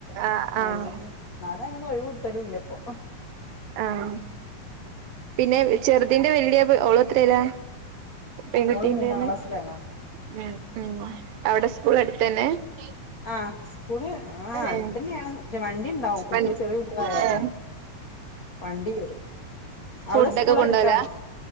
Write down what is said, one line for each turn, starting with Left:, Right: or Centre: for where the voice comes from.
Right: ആഹ് ആഹ്
Left: അങ്ങനെ ന്നാത അതിനൊന്നുംഒഴി വിട്ടലുംല്ലപ്പൊ
Right: ആഹ് <unintelligible> ചെറുതിന്റെ <unintelligible> ഓള് എത്രേലാ പെൺകുട്ടീന്റെന്നെ
Left: ഓള് മൂന്നാം ക്ലാസ്സിലാണ്
Right: <unintelligible> അവിടെ സ്കൂൾ അടുത്തന്നെ ഏ
Left: ആഹ് സ്കൂള് ആ അടുത്ത
Right: ഏഹ്
Left: ന്നെയാണ് വണ്ടി ഉണ്ടാവും കുട്ടികള്
Right: വൺ
Left: ചെറിയ കുട്ടികളായ കാരണെ
Right: ഏഹ്
Left: വണ്ടി വരും ഉം
Right: ഫുഡ്
Left: അവിടെ സ്കൂൾ
Right: ഒക്കെ കൊണ്ടോവലാ
Left: അടുത്താണോ